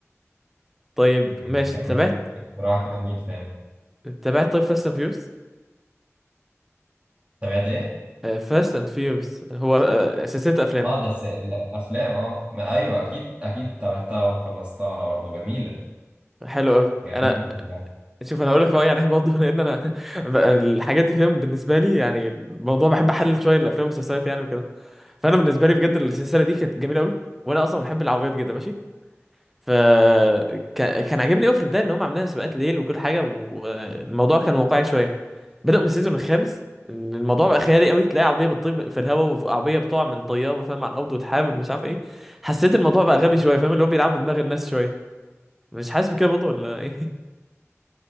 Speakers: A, in the centre; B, on the right.
A: <laughs> طيب
B: أمم،
A: ماشي
B: كملت
A: تابعت
B: اقتراح جميل تاني
A: تابعت طيب فاست اند فيوس
B: تابعت ايه؟
A: فاست اند فيوس هو آه، سلسله افلام
B: اه ده س- ده افلام اه ما ايوه اكيد اكيد تابعتها وخلصتها برضه جميله
A: حلو قوي
B: جميله
A: انا
B: كلها.
A: شوف انا هقول لك رايي عليه برضه لان انا <laughs> بقى الحاجات دي فاهم بالنسبه لي يعني الموضوع بحب احلل شويه الافلام والمسلسلات يعني وكده فانا بالنسبه لي بجد السلسله دي كانت جميله قوي وانا اصلا بحب العربيات جدا ماشي فكان كان كان عاجبني قوي في البدايه ان هم عاملين سباقات ليل وكل حاجه والموضوع كان واقعي شويه بدأوا من السيزون الخامس ان الموضوع بقى خيالي قوي تلاقي عربيه بتطير في الهواء وعربيه بتقع من طياره فاهم على الارض وتحارب مش عارف ايه حسيت الموضوع بقى غبي شويه فاهم اللي هو بيلعبوا بدماغ الناس شويه مش حاسس بكده برضه ولا ايه